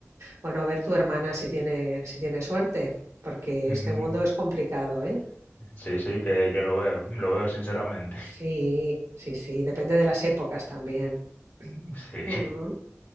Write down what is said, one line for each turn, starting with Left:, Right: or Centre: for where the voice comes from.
Right: Bueno, a ver tu hermana si tiene, si tiene suerte, porque
Left: Ujú.
Right: este mundo es complicado, ¿eh?
Left: sí, sí, que, que lo veo, lo veo sinceramente.
Right: Sí, sí, sí, depende de las épocas también.
Left: <laughs> Sí.
Right: Ujú,